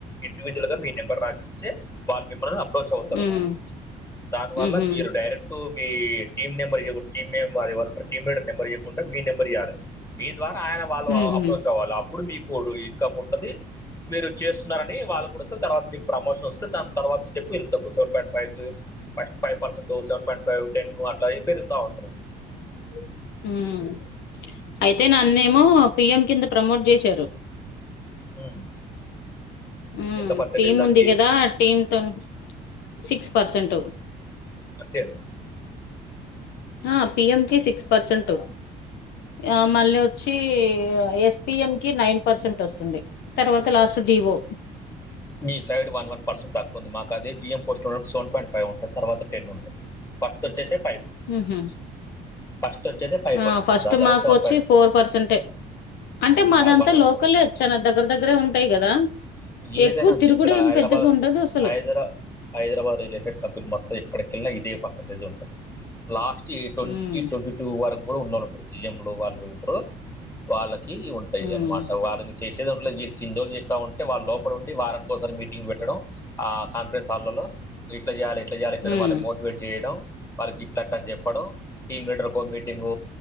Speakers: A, on the left; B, on the left.
A: ఇండివిడ్ మీ నెంబర్ రాసిస్తే వాళ్ళ మిమ్మల్ని అప్రోచ్ అవుతారు
B: ఉమ్
A: దాని వల్ల
B: ఉహు
A: మీరు డైరెక్ట్ మీ టీమ్ నెంబర్ ఎయ్యా టీమ్ మెంబెర్ ఎవరుంటారో టీమ్ మేట్ నెంబర్ ఇయ్యకుండా మీ నెంబర్ ఇయాలె మీ ద్వారా ఆయన వాళ్ళు
B: ఉహు
A: అప్రోచ్ అవ్వాలి అప్పుడు మీకు ఇన్కమ్ ఉంటది మీరు చేస్తున్నారని వాళ్ళ తర్వాత మీకు ప్రమోషన్ వస్తే దాన్ తర్వాత step <unintelligible> first five percent seven point five ten అట్లాగే పెరుగుతా ఉంటారు
B: మ్ అయితే నన్నేమో పిఎం కింద ప్రమోట్ చేశారు.
A: ఉమ్.
B: ఉమ్
A: ఎంత పర్సెంటేజ్
B: టీమ్
A: దానికి
B: ఉంది కదా టీమ్ తోని సిక్స్ పర్సెంట్.
A: అంతేనా.
B: ఆహ్ పిఎం కి సిక్స్ పర్సెంట్
A: ఉమ్.
B: ఆహ్ మళ్ళీ వచ్. వచ్చి ఎస్పిఎం కి నైన్ పర్సెంట్ వస్తుంది తర్వాత లాస్ట్ డివో.
A: మీ సైడ్ వన్ వన్ పర్సెంట్ తక్కువ ఉంది మాకు అదే పిఎం. ఫస్ట్ వచ్చేసి సెన్ పాయింట్ ఫైవ్ ఉంటుంది తర్వాత టెన్ ఉంటుంది ఫస్ట్ వచ్చేసి. ఫైవ్
B: ఆహ్.
A: ఫస్ట్ వచ్చేది ఫైవ్
B: ఆహ్
A: పర్సెంట్
B: ఫస్ట్
A: దాని తర్వాత
B: మాకు
A: సెవెన్
B: వచ్చి ఫోర్ పర్సెంటే.
A: పాయింట్
B: అంటే మాదంతా
A: వన్ వన్
B: లోకలే
A: ఫోర్
B: వచ్చు చానా దగ్గర దగ్గరే ఉంటాయి కదా.
A: ఏదైనా
B: ఎక్కువ
A: అంతే
B: తిరుగుడు
A: ఇక్కడ
B: ఏం
A: హైదరాబాద్
B: పెద్దగా ఉండదు అసలు
A: హైదరా హైదరాబాద్ రిలేటెడ్ కంపెనీలు మొత్తం. మొత్తం ఎక్కడికెళ్ళా ఇదే పర్సెంటేజ్ ఉంటుంది లాస్ట్ ఈ ట్వంటీ
B: ఉమ్
A: ట్వంటీ టూ వరకు కూడా ఉన్నోలు ఉన్. జయంలో వాళ్ళు ఉంటారు వాళ్ళకి ఉంటాయి
B: ఉమ్
A: అనమాట వాళ్ళని చేసే దాంట్లో వీరికి. కిందోలు చేస్తా ఉంటే వాళ్ళు లోపల ఉండి వారనికోకసారి మీటింగ్ పెట్టడం ఆ కంపెనీ. వాళ్లలో ఇట్లా చేయాలి ఇట్లా చేయాలి
B: ఉమ్
A: వాళ్ళని మోటివేట్ చేయడం. వాళ్ళకి ఇట్ల అట్ల అని చెప్పడం టీమ్ లీడర్ కు ఓ మీటింగ్.